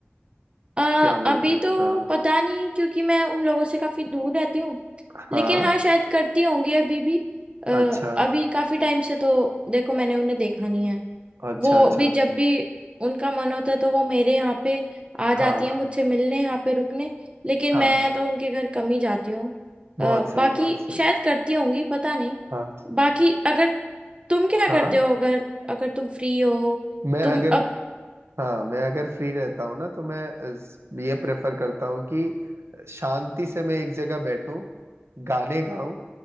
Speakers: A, on the right; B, on the right.
A: आ,
B: क्या बोलते
A: अभी
B: हो
A: तो
B: हाँ
A: पता नहीं क्योंकि मैं उन लोगों से काफी दूर रहती हूँ
B: हाँ
A: लेकिन हाँ शायद करती होंगी अभी भी आ,
B: अच्छा
A: अभी काफी टाइम से तो देखो मैंने उन्हें देखा नहीं है
B: अच्छा
A: वो
B: अच्छा
A: भी जब भी उनका मन होता है तो वो मेरे यहाँ पे आ जाती
B: हाँ
A: हैं मुझसे मिलने यहाँ पे रुकने लेकिन
B: हाँ
A: मैं तो उनके घर कम ही जाती हूँ
B: बहुत
A: अ,
B: सही
A: बाकी
B: बहुत सही
A: शायद करती होंगी पता नहीं
B: हाँ
A: बाकी अगर तुम क्या
B: हाँ
A: करते हो अगर अगर तुम फ्री हो
B: मैं
A: तुम
B: अगर
A: अब
B: हाँ मैं अगर फ्री रहता हूँ ना तो मैं इस- ये प्रेफर करता हूँ कि शांति से मैं एक जगह बैठूं गाने गाऊं